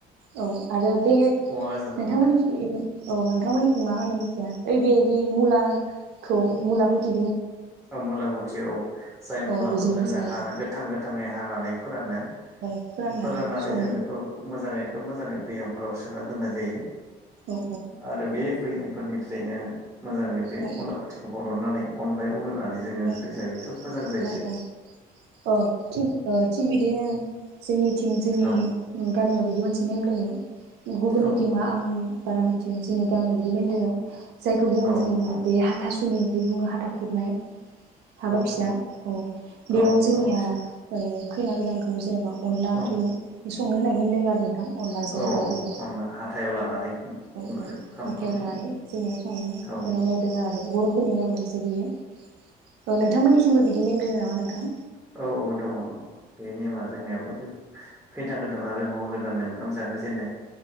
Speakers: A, on the right; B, in the centre.
A: औ आरो बे
B: औवा गाजाजों
A: नोंथांमोननिखै
B: अनला
A: औ नोंथांमोननिखै मा होनो मिथिया ओइ बेदि मुलाखौ मुला गुदि
B: औ मुलागुथि औ जाय
A: औ
B: मुलाखौ
A: बेजोंबो
B: जोङो
A: जायो
B: हाना गोथां गोथाङै हानानै फोरानो
A: औ
B: फोराननानै
A: सङो
B: जों बेखौ मोजाङै बेखौ मोजाङै बैयामफोराव सोनानै दोननाय जायो।
A: औ
B: आरो बे बैयाम फोरनिफ्रायनो मोजाङै बे
A: औ
B: गुला खुथिखौ बरननानै अनलायाव <unintelligible> जों ओंख्रि
A: औ
B: जायो खोब मोजां जायो
A: औ
B: बे।
A: औ ओ थिग ओ थिग बिदिनो जोंनि जोंनि
B: औ
A: गामियाव बि बिदि मोनसे नेम दोङो गुबुननिथिं
B: औ
A: मा आं बारा मि जोंनि गामियाव बिदि नेम दोङो जायखौ बुङो
B: औ
A: जोङो
B: औ
A: बे हाथा सु दि बुंङो हाथा खुरनाय हाबा
B: औ
A: फिसा
B: औ
A: औ बेयाव
B: औ
A: जोंनिया
B: हाबा फिसा
A: ओ खैना गोदानखौ जेनेबा अनला ओंख्रि
B: औ
A: संनो होनाय नेम दोङो आरो थां अनलाजों
B: औ
A: दाउ बेदर
B: अनला हाथायाव लानानै
A: औ औ
B: ओंख्रि ओंखामखौलाय
A: हाथायाव लानानै जोंनिया संनानै
B: औ
A: होनाय नेम दं आरो बर' फोरनि नेयम मोनसे बियो औ नोंथांमोननिसिमबो बिदि नेमदों नामा मा नोंथां
B: औ औ दङ दङ बे नेमा जोंनियाबो बे फैनांगोन गो आरो हौवा गोदाननो ओंखाम जाहो जेननाय